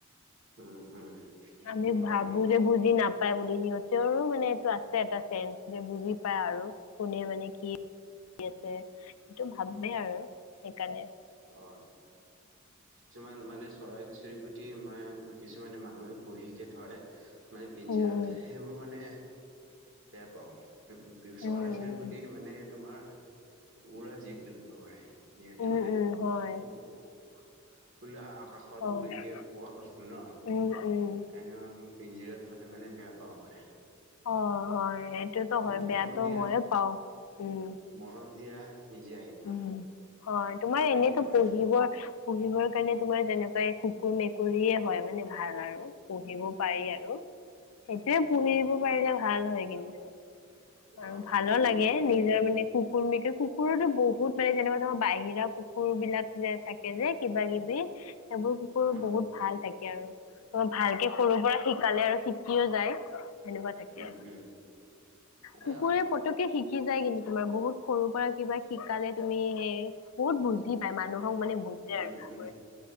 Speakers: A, on the right; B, on the left.
A: উম উম সেইটোতো
B: আমি
A: হয়
B: ভাবোঁ
A: বাৰু
B: যে বুজি নাপা সিহঁতৰো মানে এইটো আছে এটা চেঞ্চ, যে বুজি পায় আৰু কোনে মানে কি ভাবি আছে, সেইটো ভাবে আৰু সেইকাৰণে।
A: অহ, কিছুমান মানে চৰাই-চিৰিকতি মা কিছুমানে মানুহে পুহি যে থৰে মানে পিঞ্জিৰাত
B: উম
A: সেইবোৰ মানে বেয়া পাওঁ। চৰাই-চিৰিকতি
B: উম উম
A: মানে তোমাৰ উৰা জীৱ-জন্তু হয়। যিহেতু
B: উম
A: মানে
B: উম হয়
A: খো-খো-খোলা আকাশত হয়টো
B: হয়
A: উৰিকে খোৱা বস্তু ন'
B: উম উম
A: এনেই পিঞ্জিৰাত থ'লে মানে বেয়া পাওঁ মই।
B: অহ, হয় সেইটোতো হয়।
A: মৰম
B: বেয়াতো
A: দিয়া
B: মইে পাওঁ উম।
A: মৰম দিয়া নিজে আহিব।
B: উম হয়, তোমাৰ
A: হয়
B: এনেতো
A: কি নহয়?
B: পুহিবই পুহিবৰ কাৰণে তোমাৰ যেনেকুৱাই কুকুৰ-মেকুৰীয়ে হওঁক মানে ভাল আৰু। পুহিব পাৰি আৰু। সেইটোৱে পুহিব
A: উম
B: পাৰিলে ভাল হয় কিন্তু। আৰু
A: অ'
B: ভালো
A: কুকুৰ
B: লাগে
A: মেকুৰী
B: নিজৰ মানে কুকুৰ, মেকুৰ, কুকুৰটো বহুত মানে যেনেকুৱা তোমাৰ বাহিৰা কুকুৰ বিলাক যে থাকে যে কিবা কিবি। সেইবোৰ কুকুৰ
A: উম
B: বহুত ভাল থাকে আৰু তোমাৰ ভালকে সৰুৰ পৰা শিকালে আৰু শিকি শিকিও যায় সেনেকুৱা থাকে
A: উম
B: আৰু
A: উম।
B: কুকুৰে
A: এ
B: পতককে শিকি যায় কিন্তু। তোমাৰ বহুত সৰুৰ পৰা কিবা শিকালে তুমি সে বহুত বুজি পায় মানুহক মানে বুজে আৰু
A: উম
B: কুকুৰে।
A: উম